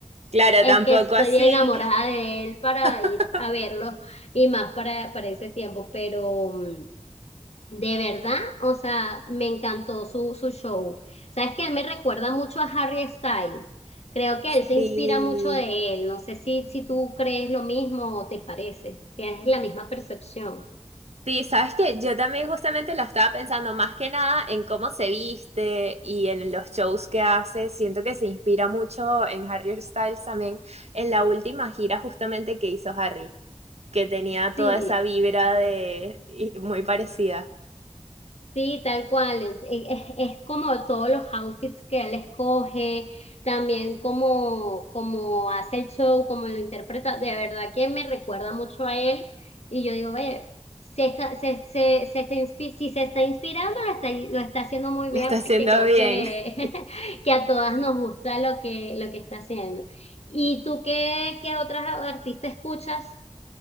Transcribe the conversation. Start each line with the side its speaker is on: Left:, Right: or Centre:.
Right: Claro,
Left: es
Right: tampoco
Left: que estoy
Right: así.
Left: enamorada de él para
Right: <laughs>
Left: ir a verlo y más para, para ese tiempo, pero mm, de verdad, o sea, me encantó su, su show. Sabes que él me recuerda mucho a Harry Styles. Creo que
Right: Sí.
Left: él se inspira mucho de él. No sé si, si tú crees lo mismo o te parece. Tienes la misma percepción.
Right: Sí, sabes que yo también justamente lo estaba pensando más que nada en cómo se viste y en los shows que hace. Siento que se inspira mucho en Harry Styles también, en la última gira justamente que hizo Harry, que tenía
Left: Sí.
Right: toda esa vibra de y muy parecida.
Left: Sí, tal cual. Es, es- es como todos los outfits que él escoge, también como, como hace el show, como lo interpreta. De verdad que me recuerda mucho a él. Y yo digo, ve, se está, se, se, se está inspi- si se está inspirando, lo está, lo está haciendo muy bien
Right: Lo está
Left: porque
Right: haciendo
Left: creo
Right: bien.
Left: que,
Right: <laughs>
Left: <laughs> que a todas nos gusta lo que, lo que está haciendo. ¿Y tú qué, qué otras artistas escuchas?